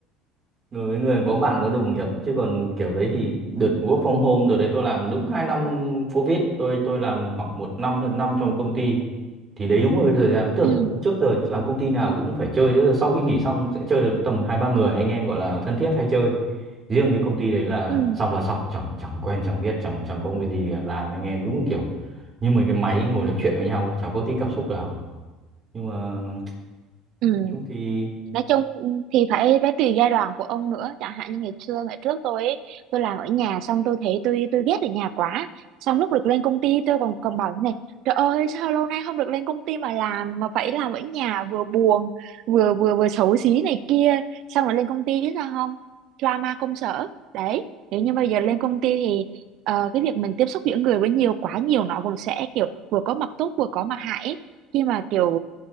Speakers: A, on the right (about 30°); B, on the right (about 60°).
A: người với người có bạn có đồng nghiệp chứ còn kiểu đấy thì đợt work from home đợt đấy tôi làm đúng 2 năm covid tôi tôi làm khoảng một năm hơn năm trong công ty thì đấy đúng là cái thời gian tức
B: ừ
A: là trước giờ làm công ty nào cũng phải chơi tức là sau khi nghỉ xong sẽ chơi được tầm hai ba người anh em gọi là thân thiết hay chơi riêng cái công ty đấy là
B: ừ
A: xong là xong chẳng chẳng quen chẳng biết chẳng chẳng có người gì làm anh em đúng kiểu như mấy cái máy ngồi nói chuyện với nhau chẳng có tí cảm xúc nào nhưng mà nói
B: ừ
A: chung thì
B: nói chung thì phải phải tùy giai đoạn của ông nữa chẳng hạn như ngày xưa ngày trước tôi ấy, tôi làm ở nhà xong tôi thấy tôi tôi ghét ở nhà quá xong lúc được lên công ty tôi còn còn bảo thế này trời ơi sao lâu nay không được lên công ty mà làm mà phải làm ở nhà vừa buồn vừa vừa vừa xấu xí này kia xong rồi lên công ty biết sao không drama công sở đấy nếu như bây giờ lên công ty thì ờ, cái việc mình tiếp xúc giữa người với nhiều quá nhiều nó vẫn sẽ kiểu vừa có mặt tốt vừa có mặt hại ấy. khi mà kiểu